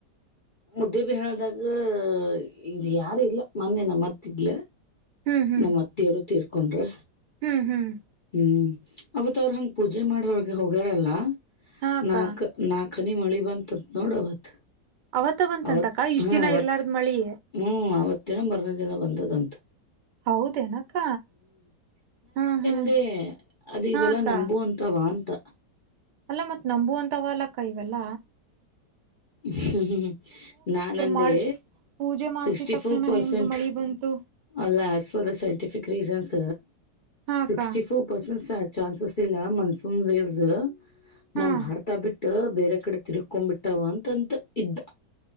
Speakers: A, on the left; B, on the right.
A: ಮುದ್ದೆಬಿಹಾಳದಾಗ ಇಲ್ಲಿ ಯಾರ ಇಲ್ಲ ಮೊನ್ನೆ ನಮ್ಮತ್ತಿದ್ಲ
B: ಹ್ಮ್ ಹ್ಮ್
A: ನಮ್ಮ ಅತ್ತಿಯವರು ತೀರ್ಕೊಂಡ್ರು
B: ಹ್ಮ್ ಹ್ಮ್
A: ಹು ಅವತ ಅವ್ರ ಹಂಗ ಪೂಜೆ ಮಾಡಹೊಳಗೆ ಹೋಗ್ಯಾರಲ್ಲ
B: ಹಾ ಅಕ್ಕ
A: ನಾಕಾಕ್ಕ್ ನಾ ನಹನಿ ಮಳಿ ಬಂತ ನೋಡಅವತ್ತ
B: ಅವತ್ತ ಬಂತಂತಕ್ಕ
A: ಅವತ
B: ಇಷ್ಟ್
A: ಹಾ
B: ದಿನ
A: ಅವತ
B: ಇರ್ಲಾರ್ದ್ ಮಳಿ
A: ಹು ಅವತ್ತಿನ ಬರನೇ ದಿನಾ ಬಂದೆ ಬಂದೆತಂತ
B: ಹೌದೇನಕ್ಕ ಹಾ ಹಾ
A: ಅದೇ ಅದ
B: ಹಾ
A: ಇವೆಲ್ಲ
B: ಅಕ್ಕ
A: ನಂಬು ಅಂತವಾ ಅಂತ
B: ಅಲ್ಲ ಮತ್ ನಂಬುವಂತ ವಲ್ಲಕ್ಕ ಇವಲ್ಲ
A: ಹ <inaudible> ಹ್ಮ್ ಹ್ಮ್ ನಾನಂದೆ
B: ಮಾಡ್ಸ ಪೂಜೆ ಮಾಡ್ಸಿದ
A: ಸಿಕ್ಸ್ಟಿ
B: ತಕ್ಷಣ
A: ಫೋರ್ ಪರ್ಸೆಂಟ್
B: ಹೆಂಗ್ ಮಳಿ ಬಂತು
A: ಅಲ್ಲಸ್ ಫಾರ್ ಸೈಂಟಿಫಿಕ್ ರೀಸನ್ಸ್
B: ಹಾ ಅಕ್ಕ
A: ಸಿಕ್ಸ್ಟಿ ಫೋರ್ ಪರ್ಸೆಂಟ್ ಚಾನ್ಸ್ ಇಲ್ಲ ಮನ್ಸೂನ್ ವೇವ್ಜ
B: ಹಾ
A: ನಮ್ ಭಾರತ ಬಿಟ್ಟು ಬೇರೆ ಕಡೆ ತಿರ್ಕೊಂಡ್ ಬಿಟ್ಟಾವ ತಂತ ಇದ್ದ